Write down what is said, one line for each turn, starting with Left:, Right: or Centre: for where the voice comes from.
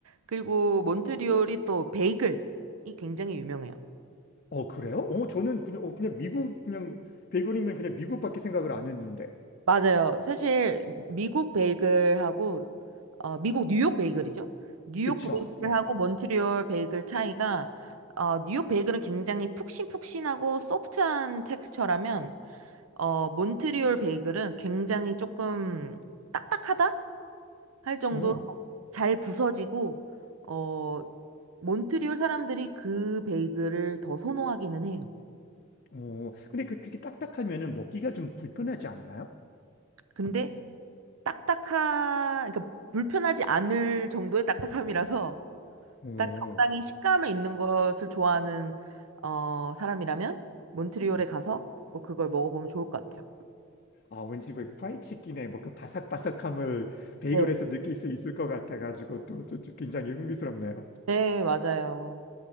Right: 그리고 몬트리올이 또 베이글이 굉장히 유명해요.
Left: 어, 그래요? 어, 저는 그냥 어, 그냥 미국 그냥 베이컨이면 그냥 미국밖에 생각을 안 했는데.
Right: 맞아요. 사실 미국 베이글하고 어, 미국 뉴욕 베이글이죠. 뉴욕
Left: 그쵸?
Right: 베이글하고
Left: 네.
Right: 몬트리올 베이글 차이가 어, 뉴욕 베이글은 굉장히 푹신푹신하고 소프트한 텍스처라면 어, 몬트리올 베이글은 굉장히 조금 딱딱하다 할 정도로
Left: 음.
Right: 잘 부서지고 어, 몬트리올 사람들이 그 베이글을 더 선호하기는 해요.
Left: 어, 근데 그, 그렇게 딱딱하면은 먹기가 좀 불편하지 않나요?
Right: 근데 딱딱하 그러니까 불편하지 않을 정도의 딱딱함이라서
Left: 오.
Right: 딱 적당히 식감이 있는 것을 좋아하는 어, 사람이라면 몬트리올에 가서 꼭 그걸 먹어보면 좋을 것 같아요.
Left: 아, 왠지 왜 프라이치킨의 뭐 그 바삭바삭함을 베이글에서
Right: 네.
Left: 느낄 수 있을 것 같아가지고 또, 또, 또 굉장히 흥미스럽네요.
Right: 네, 맞아요.